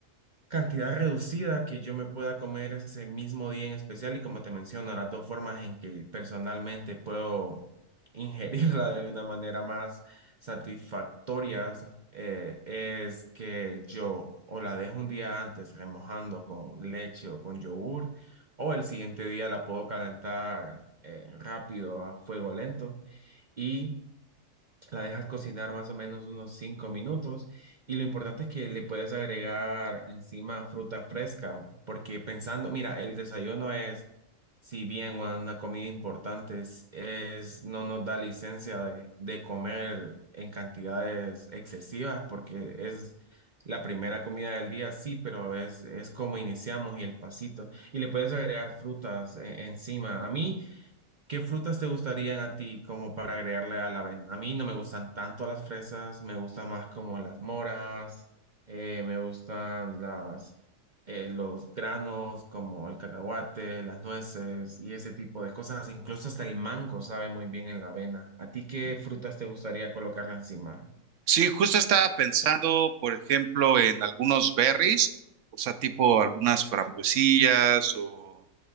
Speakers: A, on the right; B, on the right.
A: cantidad reducida que yo me pueda comer ese mismo día en especial y como te menciono, las dos formas en que personalmente puedo ingerirla de una manera más satisfactoria eh, es que yo o la dejo un día antes remojando con leche o con yogur o el siguiente día la puedo calentar eh, rápido a fuego lento y la dejas cocinar más o menos unos 5 minutos y lo importante es que le puedes agregar encima fruta fresca, porque pensando, mira, el desayuno es, si bien una comida importante, es, es- no nos da licencia de, de comer en cantidades excesivas, porque es la primera comida del día, sí, pero es, es como iniciamos y el pasito. Y le puedes agregar frutas eh, encima. A mí, ¿Qué frutas te gustarían a ti como para agregarle a la avena? A mí no me gustan tanto las fresas, me gustan más como las moras, eh, me gustan las, eh, los granos como el cacahuate, las nueces y ese tipo de cosas. Incluso hasta el mango sabe muy bien en la avena. ¿A ti qué frutas te gustaría colocarla encima?
B: Sí, justo estaba pensando, por ejemplo, en algunos berries, o sea, tipo algunas frambuesillas o